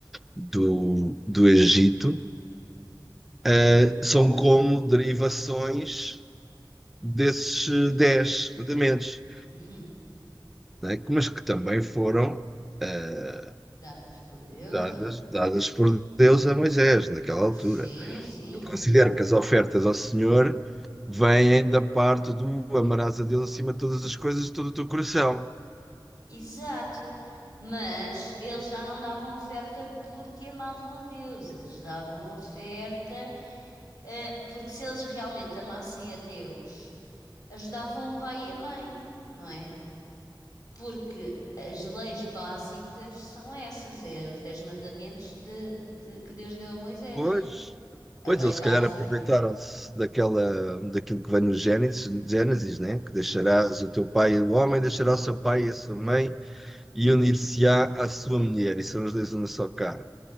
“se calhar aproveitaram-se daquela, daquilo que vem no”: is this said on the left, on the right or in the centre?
Centre